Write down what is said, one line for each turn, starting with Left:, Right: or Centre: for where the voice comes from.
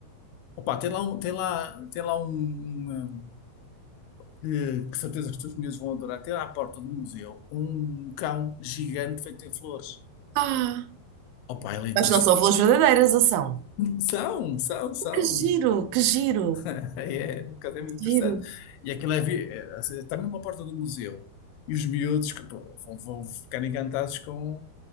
Left: Opa, tem lá, um, tem lá, tem lá um, uma- que, que certeza que os teus miúdos vão adorar. Tem lá à porta do museu um cão gigante feito em flores.
Right: Ah.
Left: Opa, é lindíssimo.
Right: Mas não são flores verdadeiras, ou são?
Left: São, são, são.
Right: Que giro, que giro,
Left: <laughs> É, um bocado é muito
Right: que
Left: interessante.
Right: giro.
Left: E aquilo é, vi- é, assim, está mesmo à porta do museu. E os miúdos que, pô, vão, vão ficar encantados com.